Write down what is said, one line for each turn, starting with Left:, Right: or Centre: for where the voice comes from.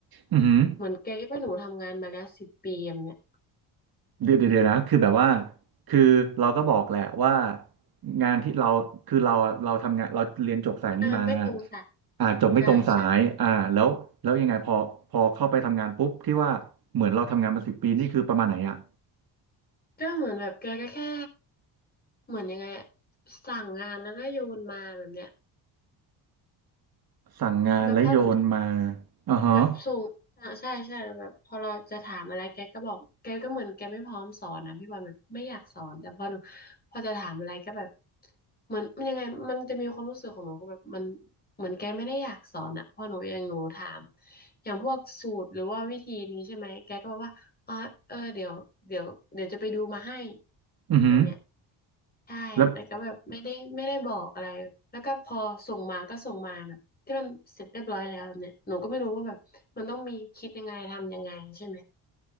Right: อือหือ
Left: เหมือนแกคิดว่าหนูทำงานมาแล้วสิบปีอะเนี่ย
Right: เดี๋ยวเดี๋ยวเดี๋ยวนะคือแบบว่าคือเราก็บอกแหละว่างานที่เราคือเราเราทำงานเราเรียนจบสายนี้มา
Left: อ่ามันไม่ตรงสาย
Right: อ่าจบไม่ตรงสายอ่าแล้วแล้วยังไงพอพอเข้าไปทำงานปุ๊บที่ว่าเหมือนเราทำงานมาสิบปีนี่คือประมาณไหนอะ
Left: ใช่ใช่ก็เหมือนแบบแกก็แค่เหมือนยังไงอะสั่งงานแล้วก็โยนมาแบบเนี้ย
Right: สั่งงานและโยนมา
Left: แบบพอหนู
Right: อ่าฮะ
Left: แบบส่งอ่าใช่ใช่แล้วแบบพอเราจะถามอะไรแกก็บอกแกก็เหมือนแกไม่พร้อมสอนนะพี่บอลแบบไม่อยากสอนแต่พอหนูพอจะถามอะไรก็แบบเหมือนมันยังไงมันจะมีความรู้สึกของหนูก็แบบมันเหมือนแกไม่ได้อยากสอนอ่ะพอหนูอย่างหนูถามอย่างพวกสูตรหรือว่าวิธีนี้ใช่ไหมแกก็บอกว่าอ๋อเออเดี๋ยวเดี๋ยวเดี๋ยวจะไปดูมาให้
Right: อือฮึ
Left: แบบเนี้ย ใช่
Right: แล้ว
Left: แต่ก็แบบไม่ได้ไม่ได้บอกอะไร แล้วก็พอส่งมาก็ส่งมาแบบที่มันเสร็จเรียบร้อยแล้วแบบเนี่ยหนูก็ไม่รู้ว่าแบบมันต้องมีคิดยังไงทำยังไงใช่ไหม